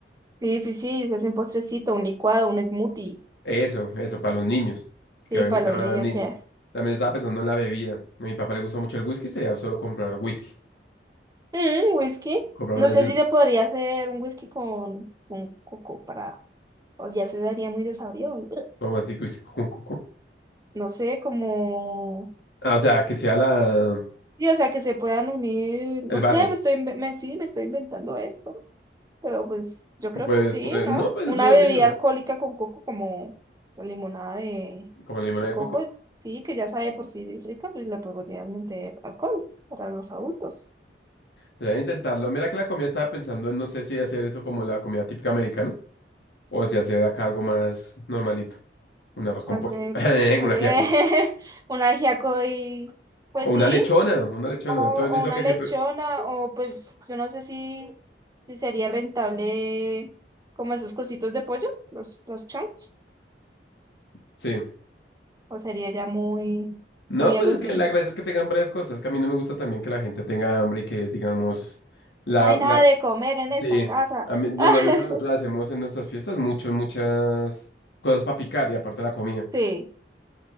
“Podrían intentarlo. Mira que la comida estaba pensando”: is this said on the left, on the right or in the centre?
Left